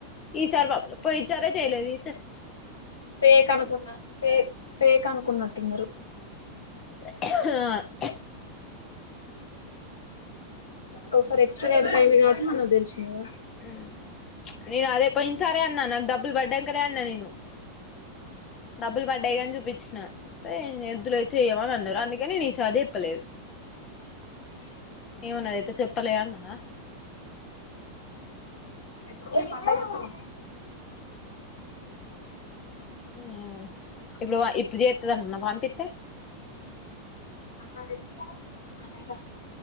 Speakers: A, on the left; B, on the left.
A: ఈసారి మత్లమ్ పోయిన్సారే చేయలేదు ఈ
B: ఫేక్ అనుకున్న ఫే ఫేక్ అనుకున్నట్టున్నారు
A: ఆ
B: నాకు ఒకసారి ఎక్స్పీరియన్స్ అయింది కాబట్టి మన తెలిసిందిగా
A: హ్మ్ నేను అదే పోయిన సరే అన్నా నాకు డబ్బులు పడ్డాకనేే అన్నా నేను డబ్బులు పడ్డాయని చూపించిన అయితే వద్దు లే చెయ్యమని అన్నారు అందుక్ కానీ నీ సారి చెప్పలేదు ఏమన్నాదైతే చెప్పలే అన్నాన
B: ఎప్పుడు పోయ్ పండగప్పుడు
A: ఏమోలే ఇప్పుడు వ ఇప్పుడు చేత్తది అంటన్నావ్ పంపిత్తె
B: అదే అదేగ